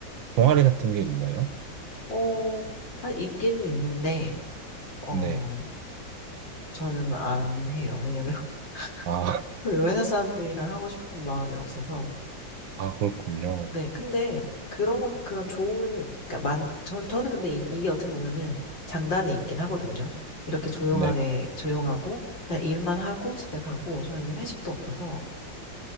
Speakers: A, on the right; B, on the left.
A: 동아리 같은 게 있나요?
B: 어, 한 있기는 있는데 어
A: 네.
B: 저는 안 해요. 왜냐면 <laughs>
A: 아, <laughs>
B: 별로 회사 사람들이랑 하고 싶은 마음이 없어서.
A: 아, 그렇군요.
B: 네, 근데 그런 건 그런 좋은 그러니까 만 전, 저는 근데 이, 이게 어떻게 보면은 장단이 있긴 하거든요. 이렇게 조용하게
A: 네,
B: 조용하고 그냥 일만 하고 집에 가고 저희는 회식도 없어서